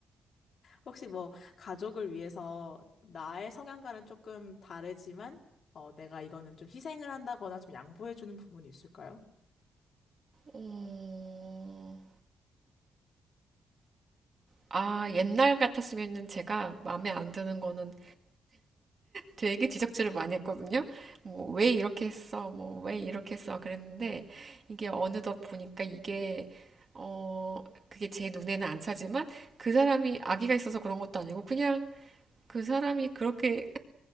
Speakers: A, on the left; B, on the right.
A: 혹시 뭐 가족을 위해서 나의 성향과는 조금 다르지만 어, 내가 이거는 좀 희생을 한다거나 좀 양보해주는 부분이 있을까요?
B: 어, 아, 옛날 같았으면은 제가 마음에 안 드는 거는 되게 지적질을 많이 했거든요. 뭐, 왜 이렇게 했어? 뭐, 왜 이렇게 했어? 그랬는데, 이게 어느덧 보니까 이게, 어, 그게 제 눈에는 안 차지만, 그 사람이 악의가 있어서 그런 것도 아니고, 그냥 그 사람이 그렇게